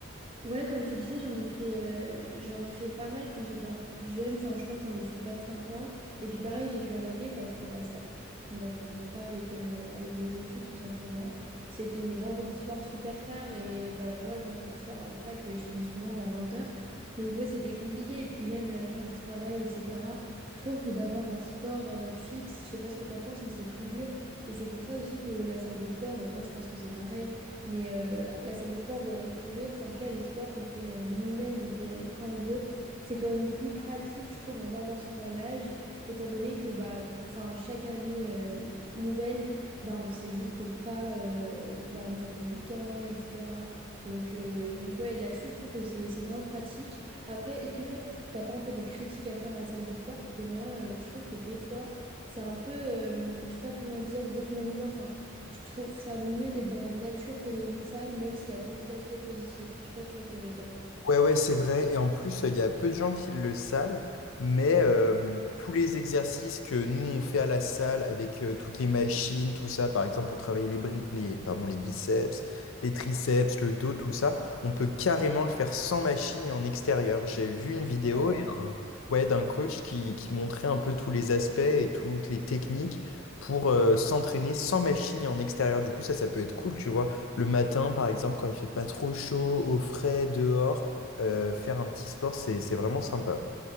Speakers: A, on the right (about 25°); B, on the left (about 80°).
A: Ouais, comme je te disais, j'en ai fait, euh, j'en ai fait pas mal quand j'étais un peu plus jeune. Enfin, je crois que j'en ai fait quatre, cinq ans. Et puis pareil, j'ai dû arrêter parce que bah, ça concordait pas avec, euh, avec mes études, tout simplement. C'était le vendredi soir super tard. Et bah, moi, le vendredi soir à la fac, euh, je finis souvent vers vingt heures. Donc ouais, c'était compliqué. Et puis même la charge du travail, etc. Je trouve que d'avoir un sport euh, fixe, je sais pas ce que tu en penses, mais c'est plus dur. Et c'est pour ça aussi que la salle de sport, et toi, je pense que c'est pareil mais euh, la salle de sport où aller courir, enfin en tout cas les sports qu'on fait euh, nous-mêmes, on peut y aller quand on veut, c'est quand même plus pratique, je trouve, en avançant dans l'âge, étant donné que bah, plus, enfin, chaque année euh, nouvelle, bah, on ne sait juste pas euh, bah, nous employer du temps, etc. Donc, euh, donc ouais, là-dessus, je trouve que c'est c'est vraiment pratique. Après, est-ce que toi, t'as pas un peu des critiques à faire à la salle de sport? Parce que moi, euh, je trouve que des fois, c'est un peu, euh, je sais pas comment dire, déshumanisant. Enfin, je trouve ça mieux d'être dans la nature que dans une salle, même s'il y a beaucoup d'aspects positifs. Je sais pas si tu vois ce que je veux dire.
B: Ouais, ouais, c'est vrai. Et en plus, il y a peu de gens qui le savent, mais euh, tous les exercices que nous, on fait à la salle avec euh, toutes les machines, tout ça, par exemple, pour travailler les, bri- les, pardon, les biceps, les triceps, le dos, tout ça, on peut carrément le faire sans machine et en extérieur. J'ai vu une vidéo
A: Ah ouais?
B: et un- ouais, d'un coach qui, qui montrait un peu tous les aspects et toutes les techniques pour euh, s'entraîner sans machine et en extérieur. Du coup, ça, ça peut être cool, tu vois. Le matin, par exemple, quand il fait pas trop chaud, au frais, dehors. Euh, faire un petit sport, c'est, c'est vraiment sympa.